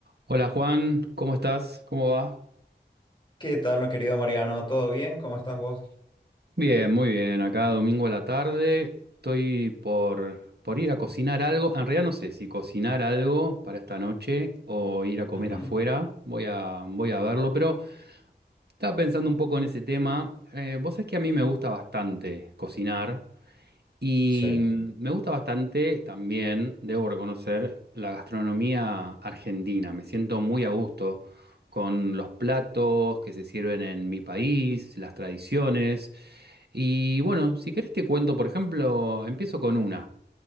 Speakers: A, on the right; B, on the left.
A: Hola Juan, ¿cómo estás? ¿Cómo va?
B: ¿Qué tal, mi querido Mariano? ¿Todo bien? ¿Cómo estás vos?
A: Bien, muy bien. Acá domingo a la tarde estoy por, por ir a cocinar algo. En realidad no sé si cocinar algo para esta noche o ir a comer
B: Ujú.
A: afuera. Voy a, voy a verlo, pero estaba pensando un poco en ese tema. Eh, vos sabés que a mí me gusta bastante cocinar. Y
B: Sí.
A: me gusta bastante también, debo reconocer, la gastronomía argentina. Me siento muy a gusto con los platos que se sirven en mi país, las tradiciones. Y bueno, si querés te cuento, por ejemplo, empiezo con una.